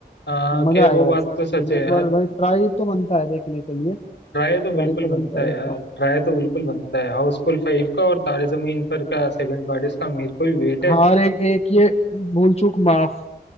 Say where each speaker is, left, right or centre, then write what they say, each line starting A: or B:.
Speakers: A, on the left; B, on the left.
A: आ,
B: मजा
A: खैर
B: आएगा
A: वो
B: वैसे
A: बात
B: फिर
A: तो सच
B: भी
A: है
B: एक
A: यार
B: बार भाई ट्राई तो बनता है देखने के लिए
A: ट्राई
B: ट्राई
A: तो बिल्कुल
B: तो
A: बनता
B: बनता
A: है
B: है एक
A: यार
B: बार
A: ट्राई तो बिल्कुल बनता है हाउसफुल फाइव का और तारे जमीन पर का सेकंड पार्ट इसका मेरे को भी वेट है
B: हाँ और एक एक ये भूल चूक माफ